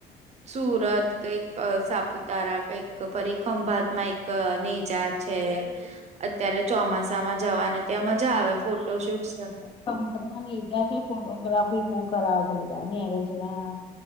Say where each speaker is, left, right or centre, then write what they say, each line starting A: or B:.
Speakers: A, on the right; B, on the left.
A: સુરત કંઈક સાપુતારા કંઈક ફરી ખંભાતમાં એક નેજાત છે અત્યારે ચોમાસા માં જવાને ત્યાં મજા આવે ફોટોશૂટ છે.
B: સંબંધ જા છે ફોટોગ્રાફી બઉુ કરાવે છે બધા મેરેજમાં